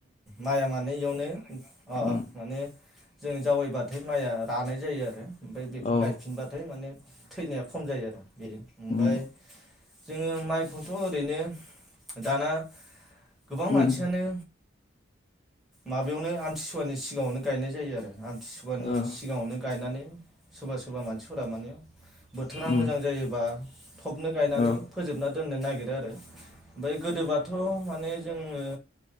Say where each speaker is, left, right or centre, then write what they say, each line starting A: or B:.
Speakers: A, in the centre; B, on the left.
A: माइया माने इयावनो अ
B: उम
A: माने जों जावैबा माइया रानाय जायो आरो ओमफ्राय बेखौ
B: औ
A: गायफिनबाथाय माने थैनाया खम जायो आरो बे ओमफ्राय
B: उ
A: जोङो माइखौथ' ओरैनो दाना गोबां मानसियानो
B: उम
A: माबायावनो आमथिसुवानि सिगाङावनो गायनाय जायो आरो आमथि खथिसुगानि
B: ओ
A: सिगाङावनो गायनानै सोरबा सोरबा मानसिफोरा माने बोथोरा मोजां
B: उम
A: जायोबा थबनो गायनानै
B: औ ओ
A: फोजोबना दोननो नागिरदों आरो ओमफ्राय गोदोबाथ' मान माने जोङो